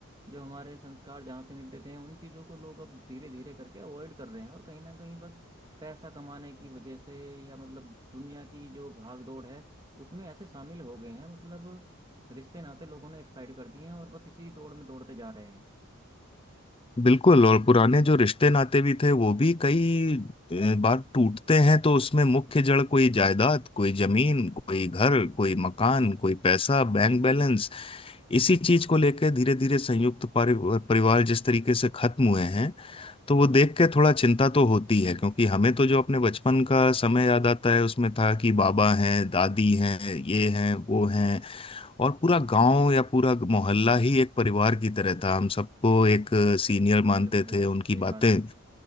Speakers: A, on the right; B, on the left.
A: जो हमारे संस्कार जहाँ से मिलते थे उन चीज़ों को लोग अब धीरे धीरे करके अवॉइड कर रहे हैं और कहीं ना कहीं बस पैसा कमाने की वजह से या मतलब दुनिया की जो भाग दौड़ है उसमें ऐसे शामिल हो गए हैं मतलब रिश्ते नाते लोगों ने एक साइड कर दिए हैं और बस इसी दौड़ में दौड़ते जा रहे हैं
B: बिल्कुल और पुराने जो रिश्ते नाते भी थे वो भी कई अ, बार टूटते हैं तो उसमें मुख्य जड़ कोई जायदाद कोई जमीन कोई घर कोई मकान कोई पैसा बैंक
A: हम्म
B: बैलेंस इसी चीज को लेकर धीरे धीरे संयुक्त पारि- परिवार जिस तरीके से खत्म हुए हैं तो वो देख के थोड़ा चिंता तो होती है क्योंकि हमें तो जो अपने बचपन का समय याद आता है उसमें था कि बाबा हैं दादी हैं ये हैं वो हैं और पूरा गांव या पूरा मोहल्ला ही एक परिवार की तरह था हम सबको एक सीनियर मानते
A: बिल्कुल बिल्कुल
B: थे उनकी
A: सही
B: बातें
A: बात है